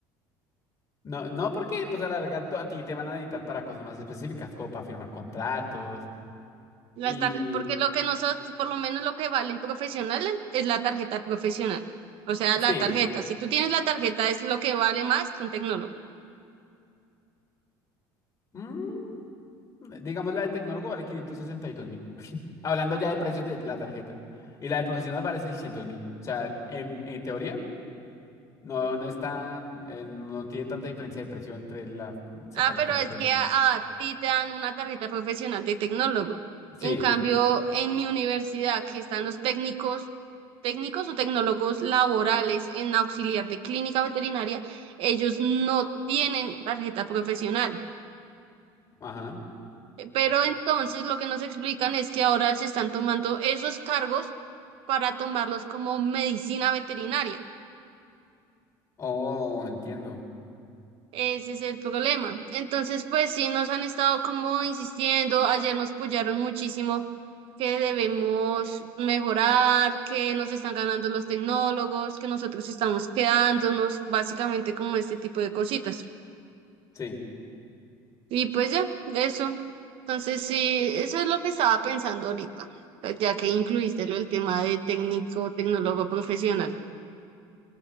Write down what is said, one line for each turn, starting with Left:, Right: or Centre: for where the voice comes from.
Left: No, no porque pues a la larga tú- a ti te van a necesitar para cosas más específicas, como para firmar contratos.
Right: Las
Left: Y
Right: tar- porque lo que nosotros, por lo menos lo que valen profesionales es la tarjeta profesional. O sea, la
Left: sí,
Right: tarjeta. Si tú tienes la tarjeta es lo que vale más que un tecnólogo.
Left: mm, digamos la de tecnólogo vale quinientos sesenta y dos mil. <laughs> Hablando ya de precios de la tarjeta. Y la del profesional vale seiscientos mil. O sea, en, en teoría no, no es tan, eh, no tiene tanta diferencia de precio entre la, sacar
Right: Ah,
Left: la
Right: pero
Left: tarjeta
Right: es
Left: y
Right: que
Left: no.
Right: a, a ti te dan una tarjeta profesional de tecnólogo.
Left: Sí,
Right: En cambio, en mi universidad, que están los técnicos, técnicos o tecnólogos laborales en auxiliar de clínica veterinaria, ellos no tienen tarjeta profesional.
Left: ajá.
Right: Eh, Pero entonces lo que nos explican es que ahora se están tomando esos cargos para tomarlos como medicina veterinaria.
Left: Oh, entiendo.
Right: Ese es el problema. Entonces, pues sí, nos han estado como insistiendo, ayer nos apoyaron muchísimo que debemos mejorar, que nos están ganando los tecnólogos, que nosotros estamos quedándonos, básicamente como este tipo de cositas.
Left: Sí,
Right: Y pues ya, eso. Entonces, sí, eso es lo que estaba pensando ahorita, pues, ya que incluiste lo del tema de técnico, tecnólogo profesional.